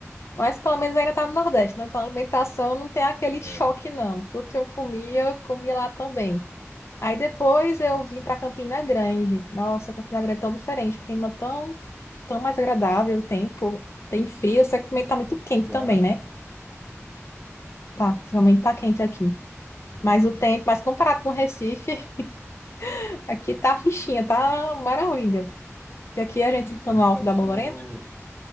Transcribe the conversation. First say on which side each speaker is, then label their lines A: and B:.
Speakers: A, on the left; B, on the left.
A: Mas pelo menos ainda tá no Nordeste, né? Então a alimentação não tem aquele
B: É,
A: choque, não. Tudo que eu comia, eu comia lá também. Aí depois
B: sim,
A: eu
B: sim.
A: vim para Campina Grande. Nossa, Campina Grande é tão diferente, o clima tão, tão mais agradável, o tempo tem frio, só que também tá muito quente
B: Tu
A: também,
B: acha?
A: né? Tá, realmente tá quente aqui.
B: Sim,
A: Mas
B: sim.
A: o tempo, mas comparado com o Recife, <laughs> aqui tá fichinha, tá maravilha. Porque aqui a gente fica
B: Mas
A: no
B: tu
A: alto
B: passou.
A: da Borborema,